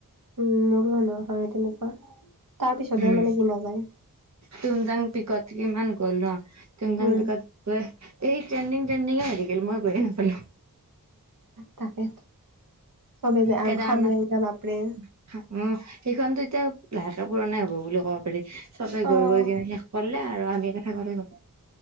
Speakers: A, on the right; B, on the right.
A: উম, মোৰো মানুহ হয়। তেনেকুৱা তাৰ পিছতহে
B: উম
A: মানে কিনা যায়।
B: তুমজাং পিকত কিমান গ'ল ন, তম যং
A: উম
B: পকত গৈ এই ট্ৰেণ্ডিং, ট্ৰেণ্ডিঙে হৈ থ, গিল মই গৈয়ে নাপালো।
A: তাকে। চবে যায় আৰু
B: কেদাৰনাথ
A: খামৰেংগা বাপৰে
B: উ সেইখনতো এতিয়া লাহেকে পুৰণাই হ'ব বুলি ক'ব পাৰি চবে
A: অ
B: গৈ, গৈ কিনে শেষ কৰিলে আৰু। সনেকে থাকোঁতে ম